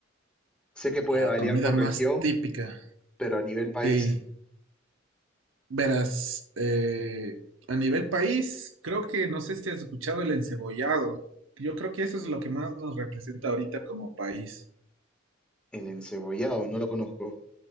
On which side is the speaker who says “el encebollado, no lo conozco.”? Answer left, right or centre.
Centre